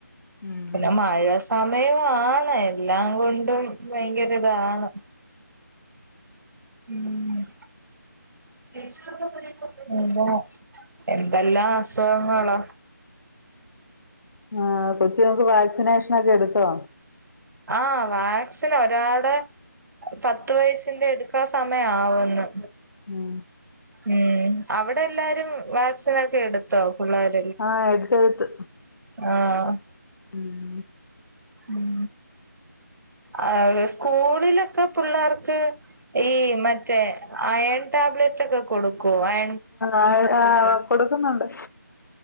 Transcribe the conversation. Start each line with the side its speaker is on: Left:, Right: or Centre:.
Left: ഉം
Right: പിന്നെ മഴ സമയവാണ് എല്ലാം കൊണ്ടും ഭയങ്കരതാണ് ഉം ന്ത എന്തെല്ലാം അസുഖങ്ങളാ
Left: ആഹ് കൊച്ചിങ്ങൾക് വാക്സിനേഷൻ ഒക്കെ എടുത്തോ
Right: ആഹ് വാക്സിൻ ഒരാടേ പത്ത് വയസിന്റെ എടുക്കാൻ സമയം ആവന്ന്
Left: ഉം
Right: ഉം അവിടെ എല്ലാരും വാക്സിനൊക്കെ എടുത്തോ പിള്ളേർ
Left: ആഹ് എടുത്ത് എടുത്ത്
Right: ആഹ്
Left: ഉം
Right: ഉം ആഹ് സ്കൂളിലൊക്കെ പിള്ളേർക്ക് ഈ മറ്റേ അയൺ ടാബ്ലെറ്റ് ഒക്കെ കൊടുക്കു അയ
Left: ആഹ് ആഹ് കൊടുക്കുന്നുണ്ട്